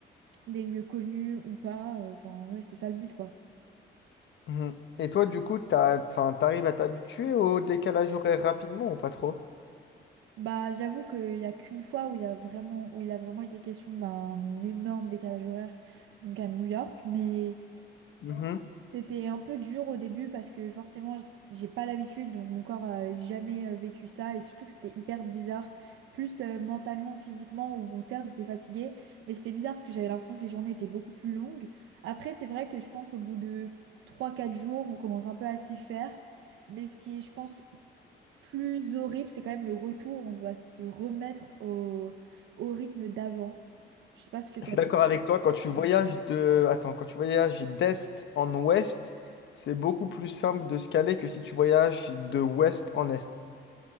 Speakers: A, on the right; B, on the left.
A: des lieux connus ou pas. Euh, Enfin, ouais, c'est ça le but quoi.
B: Mhm. Et toi, du coup, t'as, enfin, t'arrives à t'habituer au décalage horaire rapidement ou pas trop?
A: Bah, j'avoue qu'il y a qu'une fois où il y a vraiment, où il a vraiment été question d'un énorme décalage horaire, donc à New York, mais
B: Mhm.
A: C'était un peu dur au début parce que forcément j- j'ai pas l'habitude donc mon corps a jamais euh, vécu ça et surtout que c'était hyper bizarre plus euh, mentalement que physiquement où bon certes j'étais fatiguée mais c'était bizarre parce que j'avais l'impression que les journées étaient beaucoup plus longues. Après c'est vrai que je pense au bout de trois quatre jours on commence un peu à s'y faire mais ce qui est je pense plus horrible c'est quand même le retour on doit se remettre au, au rythme d'avant. Je sais pas ce que toi...
B: Je suis d'accord avec toi, quand tu voyages de... Attends, quand tu voyages d'est en ouest, c'est beaucoup plus simple de se caler que si tu voyages de ouest en est.